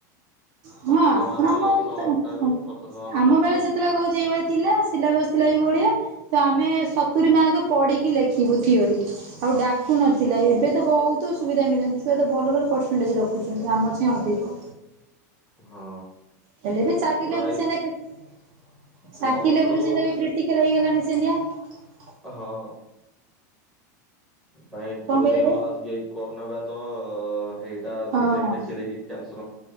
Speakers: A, on the right; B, in the centre.
A: ହଁ
B: ପଚାଶ
A: ଆପଣଙ୍କର
B: ମାର୍କ ସର୍ଟ
A: ତ
B: ଟା ବି
A: ହଁ
B: ପଚାଶ ମାର୍କ
A: ଆମ
B: ଲଙ୍ଗ
A: ବେଳେ
B: ଟା ବି
A: ସେତେବେଳେ କହୁଚି ଏଇଭଳିଆ ଥିଲା ସିଲାବସ୍ ଥିଲା ଏଇଭ ଭଳିଆ ତ ଆମେ ସତୁୁରୀ ମାର୍କ ପଢିକି ଲେଖିବୁ ଥିଓରି। ଆଉ ଡାକୁ ନଥିଲା ଏବ ଏଇ ତ ବହୁତ ସୁବିଧା ମିଳିଲାଣି ଛୁଆ ତ ଭଲ ଭଲ ପରସେଣ୍ଟେଜ୍ ରଖୁଛନ୍ତି ଆମ ଛେଁ ଅଧିକ।
B: ହଁ।
A: ହେଲେ ବି ଚାକିରି
B: ଏ ଭାଇ
A: ଲାଇ ବୁଲି ସେମତିଆ କ୍ରି
B: ପ୍ଲସ
A: ଚାକିରି ଲାଇ
B: ଟୁ
A: ବୁଲି ସେମତିଆ ଯେ କ୍ରିଟିକାଲ୍ ହେଇଗଲାଣି ସେ ସେମତିଆ।
B: ହଁ। ପାଏ ଇଣ୍ଟରଭିଉ
A: କଣ କହିଲେ
B: ଦେଇ ଗଲା
A: ଭାଇ
B: ଆସିକି ଏଇ କରୋନା ବ୍ୟାଚ୍ ହେଇଟା
A: ହଁ।
B: ଦେ-ଦେଖି ଦେଖି କ୍ୟାନସ୍